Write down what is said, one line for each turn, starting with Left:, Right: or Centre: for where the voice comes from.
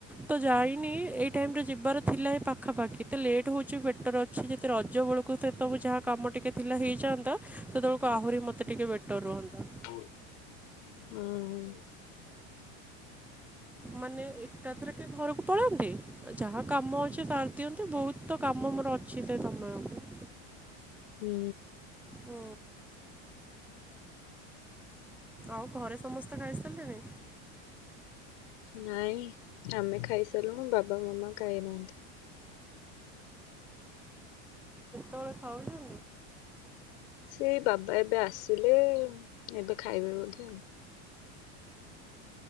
Centre: ତ ଯାଇନି ଏ ଟାଇମ ରେ ଯିବାର ଥିଲା ଏଇ ପାଖାପାଖି ଏତେ ଲେଟ୍ ହଉଛି ବେଟର ଅଛି ଯେତେ ରଜ ବୁଳୁକୁ ସେ ସବୁ ଯାହା କାମ ଟିକେ ଥିଲା ହେଇଯାଆନ୍ତା ସେତେବେଳକୁ ଆହୁରି ମତେ ଟିକେ ବେଟର ରୁହନ୍ତା।
Left: ହୁଁ।
Centre: ମାନେ ଏକାଥରକେ ଘରକୁ ପଳାନ୍ତି। ଯାହା କାମ ଅଛି ସାର ଦିଅନ୍ତି ବହୁତ ତ କାମ ମୋର ଅଛି ସେ ସମୟକୁ।
Left: ହୁଁ।
Centre: ହୁଁ। ଆଉ ଘରେ ସମସ୍ତେ ଖାଇସାରିଲେଣି।
Left: ନାଇଁ ଆମେ ଖାଇସାରିଲୁଣୁ ବାବା ମାମା ଖାଇନାହାନ୍ତି।
Centre: ତଳେ ଖାଉଛ
Left: ସେ ବାପା ଏବେ ଆସିଲେ ଏବେ ଖାଇବେ ବୋଧେ ଆଉ।